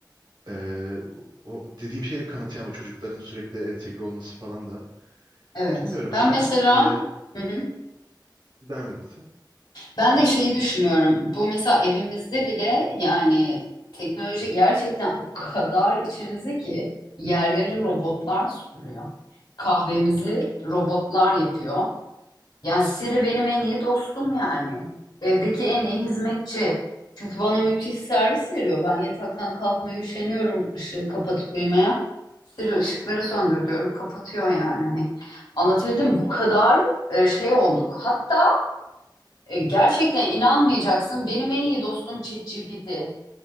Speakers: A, on the right; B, on the left.
A: e, o dediğim şeyle kanıtlayan o çocukların sürekli entegre olması falan da
B: Evet.
A: bilmiyorum hani
B: Ben
A: ben
B: mesela
A: e,
B: hı hı.
A: devam edin sen.
B: Ben de şeyi düşünüyorum. Bu mesela evimizde bile yani teknoloji gerçekten o kadar içimizde ki yerleri robotlar süpürüyor. Kahvemizi robotlar yapıyor. Yani Siri benim en iyi dostum yani. Evdeki en iyi hizmetçi. Çünkü bana müthiş servis veriyor. Ben yataktan kalkmaya üşeniyorum ışığı kapatıp uyumaya. Siri ışıkları söndür diyorum. Kapatıyor yani. Hani anlatabildim mi? Bu kadar e, şey olduk. Hatta e, gerçekten inanmayacaksın. Benim en iyi dostum ChatGPT.